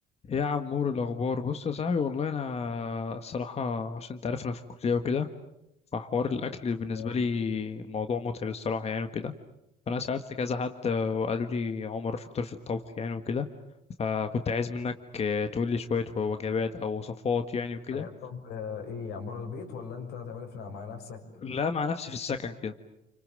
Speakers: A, on the left (about 40°); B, on the left (about 80°).
A: إيه يا عمور الأخبار بص يا صاحبي والله أنا الصراحة عشان تعرف أنا في الكلية وكده فحوار الأكل بالنسبة
B: تمام
A: لي موضوع متعب الصراحة يعني وكده فأنا سألت كذا حد آه، وقالوا لي عمر شاطر في الطبخ يعني وكده فكنت عايز منك آه، تقول لي شوية وجبات أو وصفات يعني وكده
B: حاجات طب آه، ايه يعني بره البيت ولا انت تعملها في مع نفسك
A: لا مع نفسي في السكن كده